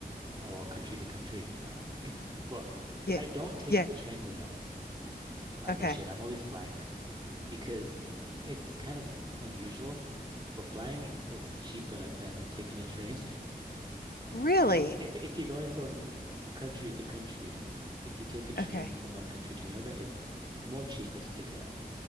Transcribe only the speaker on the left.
Yeah.
Yeah.
Okay.
Really?
Okay.